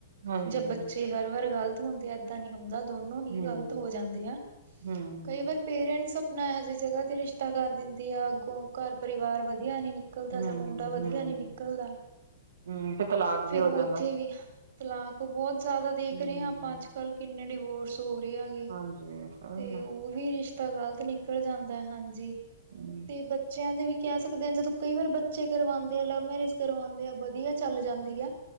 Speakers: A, on the right; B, on the right.
A: ਹਾਂਜੀ
B: ਜਬ ਬੱਚੇ ਜੇ ਹਰ ਵਾਰ ਗ਼ਲਤ ਹੁੰਦੇ ਆ ਏਦਾਂ ਨ ਹੁੰਦਾ ਦੋਨੋਂ
A: ਹਮ
B: ਹੀ ਗ਼ਲਤ ਹੋ ਜਾਂਦੇ ਆ,
A: ਹਮ
B: ਕਈ ਵਾਰ ਪੇਰੈਂਟਸ ਆਪਣਾ ਇਹੋ ਜਿਹੀ ਜਗ੍ਹਾ ਤੇ ਰਿਸ਼ਤਾ ਕਰ ਦਿੰਦੇ ਆ, ਅੱਗੋਂ ਘਰ ਪਰਿਵਾਰ ਵਧੀਆਂ ਨੀ ਨ ਨਿਕਲ਼ਦਾ
A: ਹਮ
B: ਜਾਂ ਮੁੰਡਾ ਵਧੀਆਂ
A: ਹਮ
B: ਨੀ ਨਿਕਲ਼ਦਾ,
A: ਹਮ ਤੇ ਤਲਾਕ
B: ਫ਼ੇਰ
A: ਵੀ ਹੋ
B: ਉੱਥੇ
A: ਜਾਂਦਾ
B: ਵੀ ਤਲਾਕ ਬਹੁਤ ਜ਼ਿਆਦਾ ਦੇਖ
A: ਹਮ
B: ਰਹੇ ਆ ਆਪਾਂ ਅੱਜ-ਕੱਲ੍ਹ ਕਿੰਨੇ ਡਿਵੋਰਸ ਹੋ ਰਹੇ ਆ ਗੇ
A: ਹਾਂਜੀ। ਉਹੀ
B: ਤੇ
A: ਨਾ
B: ਉਹ ਵੀ ਰਿਸ਼ਤਾ ਗ਼ਲਤ ਨਿਕਲ਼ ਜਾਂਦਾ ਹਾਂਜੀ,
A: ਹਮ
B: ਤੇ ਬੱਚਿਆਂ ਦੇ ਵੀ ਕਹਿ ਸਕਦੇ ਆ ਜਦੋਂ ਕਈ ਵਾਰ ਬੱਚੇ ਕਰਵਾਂਦੇ ਆ ਲਵ ਮੈਰਿਜ ਕਰਵਾਂਦੇ ਆ ਵਧੀਆਂ ਚੱਲ ਜਾਂਦੀ ਆ